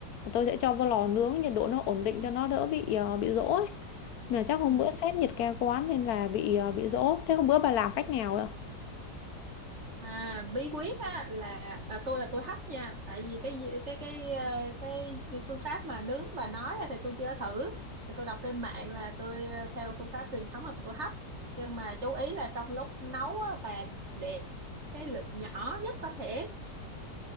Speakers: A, on the left (about 65°); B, on the right (about 40°).
A: Tôi sẽ cho vô lò nướng nhiệt độ nó ổn định cho nó đỡ bị à, bị rỗ ấy. Mà chắc hôm
B: ừ.
A: bữa sếp nhiệt ca quán nên là bị ờ, bị dỗ. Thế hôm bữa bà làm cách nào rồi?
B: à bí quyết á là à, tôi là tôi hấp nha tại vì cái gì- cái cái ờ, cái những phương pháp mà nướng bà nói á thì tôi chưa thử thì tôi đọc trên mạng là tôi ờ, theo phương pháp truyền thống là tôi hấp nhưng mà chú ý là trong lúc nấu á, bà để cái lửa nhỏ nhất có thể